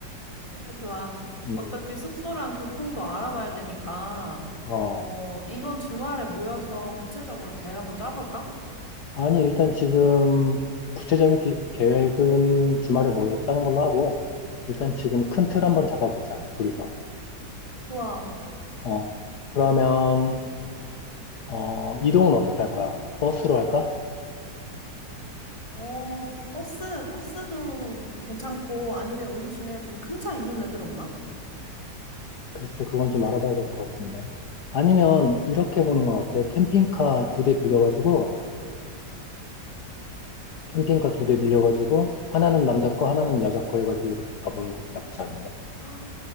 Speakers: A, on the left; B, on the left.
A: 그래, 좋아.
B: 음.
A: 어차피 숙소랑 교통도 알아봐야 되니까,
B: 어.
A: 어, 이번 주말에 모여서 구체적으로 계획 한번 짜볼까?
B: 아니, 일단 지금 구체적인 기- 계획은 주말에 모여서 짜는 걸로 하고, 일단 지금 큰 틀 한번 잡아보자, 둘이서.
A: 좋아.
B: 어, 그러면, 어, 이동은 어떻게 할 거야? 버스로 할까?
A: 어, 버스, 버스도 괜찮고, 아니면 우리 중에 좀 큰 차 있는 애들 없나?
B: 글쎄, 그건 좀 알아봐야 될 것 같은데. 아니면, 이렇게 보는 건 어때? 캠핑카 두 대 빌려가지고, 캠핑카 두 대 빌려가지고, 하나는 남자 거, 하나는 여자 거 해가지고 이렇게 가보는 것도 나쁘지 않은데.
A: <gasps> 헉,